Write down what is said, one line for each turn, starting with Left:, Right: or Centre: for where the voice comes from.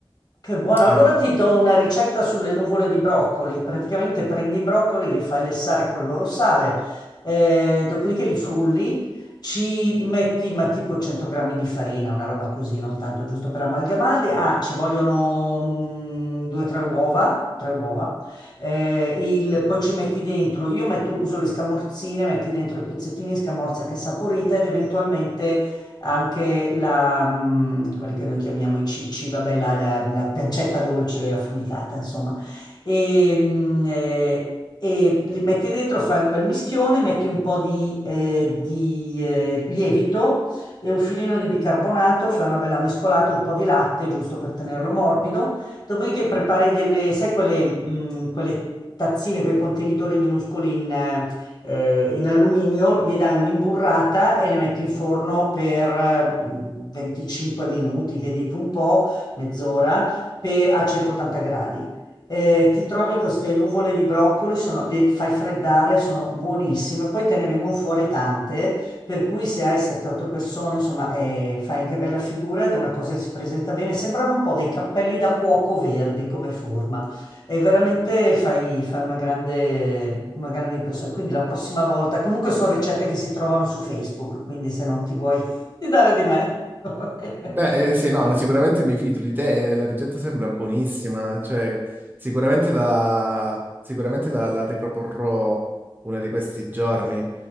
Left: che buono.
Right: Eh,
Left: Allora ti do una ricetta sulle nuvole di broccoli. Praticamente prendi i broccoli, li fai lessare con il loro sale, eh, dopodiché li frulli, ci metti ma tipo 100 grammi di farina, una roba così, non tanto giusto per amalgamarli. Ah, ci vogliono mm, due o tre uova, tre uova. Eh, il- poi ci metti dentro, io metto- uso le scamorzine, metti dentro i pezzettini di scamorza che è saporita ed eventualmente anche la, mh, quelli che noi chiamiamo i cicci, vabbè, la, la- la pancetta dolce affumicata, insomma. E, mh, eh, e li metti dentro, fai un bel mischione, metti un po' di, eh, di, eh, lievito e un filino di bicarbonato, fai una bella mescolata, un po' di latte, giusto per tenerlo morbido. Dopodiché prepari delle, sai, quelle, mh, quelle tazzine, quei contenitori minuscoli in, eh, eh, in alluminio, gli dai un'imburrata e le metti in forno per eh, 25 minuti, vedi tu un po', mezz'ora, pe- a 180 gradi. Eh, ti trovi queste nuvole di broccoli, sono- le fai freddare, sono buonissime, poi te ne vengono fuori tante, per cui se hai 7-8 persone, insomma, eh, fai anche bella figura ed è una cosa che si presenta bene. Sembrano un po' dei cappelli da cuoco verdi come forma. E veramente fai, fai una grande, una grande impressione. Quindi la prossima volta, comunque sono ricette che si trovano su Facebook, quindi se non ti vuoi <laughs> fidare di me, <laughs> va bene.
Right: beh, eh, sì, no, sicuramente mi fido di te, eh, la ricetta sembra buonissima, cioè sicuramente la, sicuramente la la riproporrò uno di questi giorni.